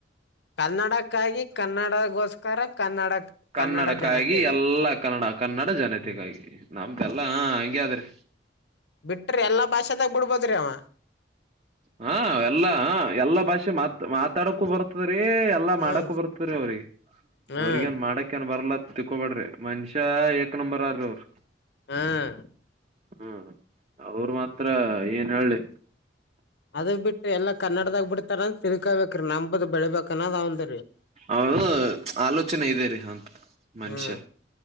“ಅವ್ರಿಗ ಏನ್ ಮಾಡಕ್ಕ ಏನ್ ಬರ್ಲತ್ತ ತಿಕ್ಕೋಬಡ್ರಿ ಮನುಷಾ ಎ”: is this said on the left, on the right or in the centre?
Right